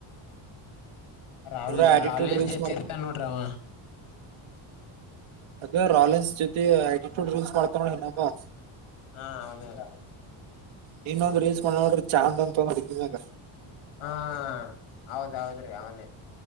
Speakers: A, on the left (about 75°); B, on the right (about 65°).
A: ರಾ
B: ಪೂರಾ ಆಟಿಟ್ಯೂಡ್
A: ರಾವಲೆನ್ಸ್
B: ರೀಲ್ಸ್
A: ಜೊತಿ ಇರತನ ನೋಡ್ರಿ ಅವ
B: ಆಗ ರಾವಲೆನ್ಸ್ ಜೊತಿ <unintelligible> ರಿಲ್ಸ್ ಮಾಡತನ ನೋಡ ಇನ್ನೊಬ
A: ಹಾ ಅವನೇ ರೀ
B: ನಿನ್ನೆ ಒಂದ ರಿಲ್ಸ್ ಮಾಡ್ಯಾ ನೋಡ್ರಿ ಚಹಾ ಅಂತ ತೊಗೊಂಡು ಡಬ್ಬಿಮ್ಯಾಗ
A: ಹಾ ಹೌದ ಹೌದರಿ ಅವನೇ